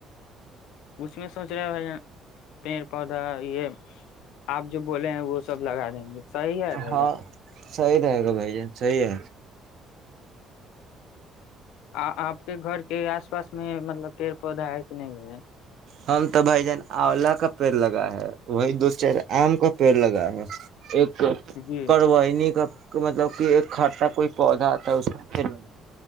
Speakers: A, on the left; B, on the right.
A: اس میں سوچ رہے بھائی جان پیڑ پودھا یہ آپ جو بولے ہیں وہ سب لگا دیں گے صحی ہے بھائی
B: ہاں
A: جان
B: صحیح رہے گا بھائی جان صحیح ہے
A: آ آپ کے گھر کے آس پاس اس میں مطلب پیڑ پودھا ہے کہ نہیں ہے
B: ہم تو بھائی جان آولا کا پیڑ لگا ہے وہی دو چار آم کا پیڑ لگا ہے ایک
A: جی
B: کروآئینی کا مطلب کہ ایک کھٹا کوئی پودھا آتا ہے اس کا پڑ لگایا